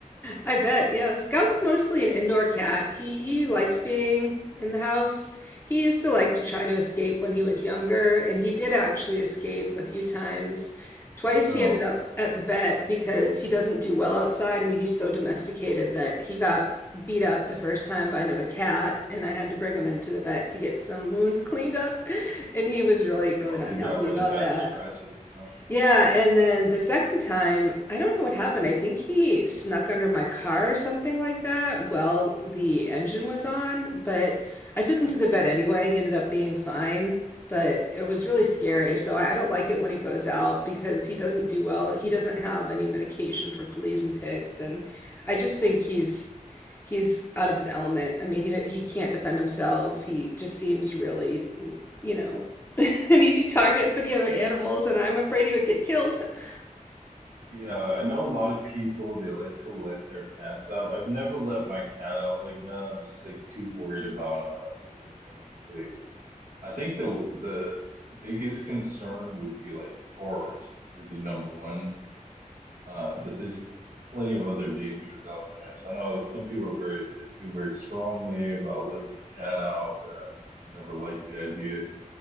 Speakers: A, on the left; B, on the right.
A: I bet, yeah. Scout's mostly an indoor cat. He he likes being in the house. He used to like to try to escape when he was younger, and he did actually escape a few times. Twice
B: Oh no.
A: he ended up at the vet because he doesn't do well outside. I mean, he's so domesticated that he got beat up the first time by another cat, and I had to bring him into the vet to get some wounds cleaned up, <laughs> and he was really, really
B: Oh,
A: not
B: he got
A: happy
B: really
A: about
B: bad
A: that.
B: scratches, huh?
A: Yeah, and then the second time, I don't know what happened. I think he snuck under my car or something like that while the engine was on, but I took him to the vet anyway. He ended up being fine, but it was really scary. So I I don't like it when he goes out because he doesn't do well. He doesn't have any medication for fleas and ticks, and I just think he's he's out of his element. I mean, he he can't defend himself. He just seems really, you know, <laughs> an easy target for the other animals, and I'm afraid he would get killed. <laughs>
B: Yeah, I know a lot of people they like to let their cats out. I've never let my cat out like that. I'm just like too worried about uh different things. Like I think the the biggest concern would be like cars would be number one. Uh, but there's plenty of other dangers out there. So I know some people are very they feel very strongly about letting their cat out, but I've just never liked the idea.